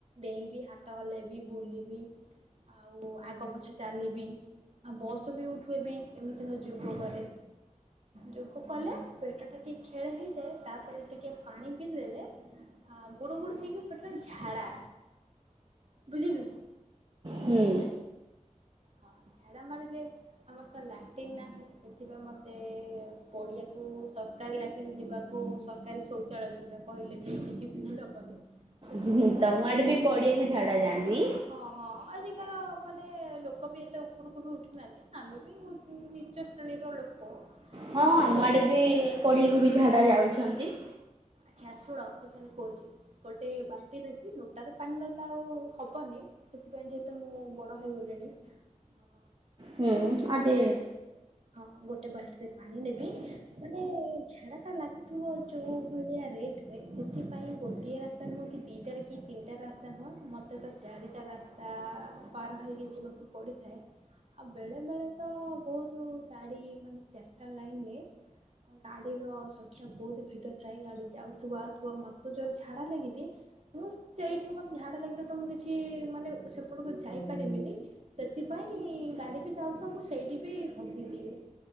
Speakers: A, on the right; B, on the right.
A: ଡେଇଁବି ହାତ ହଲେ ବି ବୁଲିବି। ଆଉ ଆଗ ପଛ ଚାଲିବି ଆଉ ବସ ବି ଉଠୁଏବି। ଏମିତି ମୁଁ ଯୋଗ କରେ। ଯୋଗ କଲେ ପେଟ ଟା ଟିକେ ଖେଳି ହେଇଯାଏ ତାପରେ ଟିକେ ପାଣି ପିଇ ଦେଲେ ଆ ଗୁଡୁ ଗୁଡ଼ୁ ହେଇକି ପେଟ ରେ ଝାଡା ବୁଝିଲୁ
B: ହୁଁ।
A: ହଁ ଝାଡ଼ା ମାଡିଲେ ଆମର ତ ଲାଟିନ୍ ନାହିଁ ସେଥିପାଇଁ ମତେ ପଡିଆକୁ ସ ସରକାରୀ ଲାଟ୍ରନ୍ ଯିବାକୁ ସରକାରୀ ଶୌଚାଳୟ ଯୋଉଟା କହିଲେ ବି କିଛି ଭୁଲ ହବନି। ସେଠିକେ
B: ହୁଁ
A: ଯାଏ
B: ତମ ଆଡେ
A: <unintelligible>
B: ବି ପଡିଆକୁ ଝାଡା ଯାଆନ୍ତି।
A: ହଁ ହଁ ଆଜିକାର ମାନେ ଲୋ ଲୋକ ବି ଏତେ ଉପରକୁ ବି ଉଠି ନାହାନ୍ତି ଆମେ ବି ନିଚ ଶ୍ରେଣୀର ଲୋକ
B: ହଁ
A: ଫାଇ
B: ଆମ
A: ଲୋକ
B: ଆଡେ ବି
A: ନୁହେଁ।
B: ପଡିକୁ ବି ଝାଡା ଯାଉଛନ୍ତି।
A: ଆଛା ଶୁଳ ମୁଁ ତାହେଲେ କହୁଛି ଗୋଟେ ବାଲ୍ଟି ଧରିବି ନୋଟା ରେ ପାଣି ନେଲେ ତ ଆଉ ହବନି ସେଥିପାଇଁ ଯେହେତୁ ମୁଁ ବଡ ହେଇଗଲିଣି ସେଥିପାଇଁ
B: ହୁଁ ଆଉ
A: ଗୋଟେ
B: ଟିକେ
A: ବାଟରେ ହଁ ଗୋଟେ ବାଲ୍ଟିରେ ପାଣି ନେବି ମାନେ ଝାଡା ଟା ଲାଗୁଥିବ ଯେଉଁ ଭଳିଆ ରେଟରେ ସେଥିପାଇଁ ଗୋଟିଏ ରାସ୍ତା ନୁହେଁ କି ଦିଟାରେ କି ତିନିଟା ରାସ୍ତା ନୁହେଁ ମୋତେ ତ ଚାରିଟା ରାସ୍ତା ପାର ହୋଇକି ଯିବାକୁ ପଡ଼ିଥାଏ। ଆଉ ବେଳେ ବେଳେ ତ ବହୁତ ଗାଡି ମାନେ ଚାରିଟା ଲାଇନରେ ଗାଡିର ସଂଖ୍ୟା ବହୁତ ଭିଡ ଥାଏ ଗାଡି ଯାଉଥିବ ଆଉଥିବ ମତେ ଜୋରରେ ଝାଡା ଲାଗିଛି ମୁଁ ସେଇଠିକି ମତେ ଝାଡା ଲାଗିଲେ ତ ମୁଁ କିଛି ମାନେ ସେପଟକୁ ଯାଇପାରିବିନି ସେଥିପାଇଁ ଗାଡି ବି ଯାଉଥିବ ମୁଁ ସେଇଠି ବି ହଗିଦିଏ।